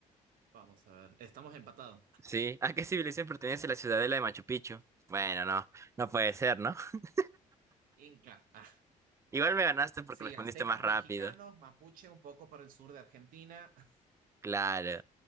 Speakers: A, on the right; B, on the right.
A: vamos a ver. Estamos empatados.
B: Sí. ¿A qué civilización pertenece la ciudadela de Machu Picchu? Bueno, no, no puede ser, ¿no? <laughs>
A: Inca. Ah,
B: Igual me ganaste porque
A: sí,
B: respondiste
A: aztecas,
B: más rápido.
A: mexicanos, mapuche, un poco para el sur de Argentina. <laughs>
B: Claro.